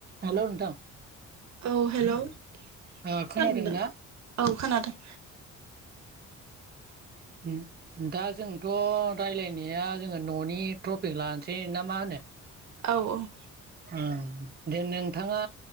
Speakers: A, on the right (about 30°); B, on the right (about 65°).
A: हेल' नोंथां
B: औ हेल' खोनादों
A: ओ खोनादोंना?
B: दा? औ खोनादों <inaudible> <unintelligible>
A: ओम दा जोंथ' राय्लायनाया जोङो न'नि ट्रफिक लानोसै ना मा होनो
B: औ ओम
A: ओं दे नोंथाङा